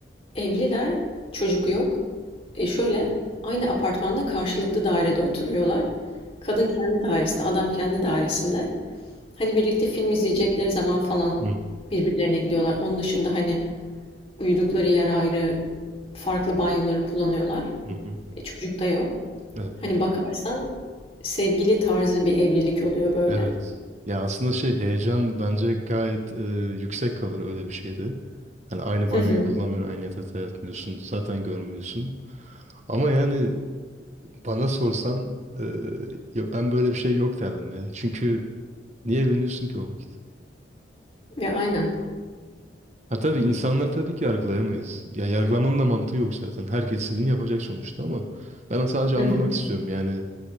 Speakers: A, on the left; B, on the right.
A: Evliler, çocuk yok. E şöyle, aynı apartmanda karşılıklı dairede oturuyorlar. Kadın kendi dairesinde, adam kendi dairesinde. Hani birlikte film izleyecekleri zaman falan
B: Hı,
A: birbirlerine gidiyorlar. Onun dışında hani uyudukları yer ayrı, farklı banyoları kullanıyorlar.
B: hı, hı.
A: E çocuk da yok.
B: Evet.
A: Hani bakarsan sevgili tarzı bir evlilik oluyor böyle.
B: Evet. Ya aslında şey heyecan bence gayet e, yüksek kalır öyle bir şeyde. Hani aynı banyoyu
A: Hı hı.
B: kullanmıyorsun, aynı yatakta yatmıyorsun, zaten görmüyorsun. Ama yani bana sorsan e, ya ben böyle bir şey yok derdim ya. Çünkü niye evleniyorsun ki o vakit?
A: Ya aynen.
B: Ha tabii insanlar tabii ki yargılayamayız. Ya yargılamanın da mantığı yok zaten. Herkes istediğini yapacak sonuçta ama ben sadece
A: Hı
B: anlamak
A: hı.
B: istiyorum. Yani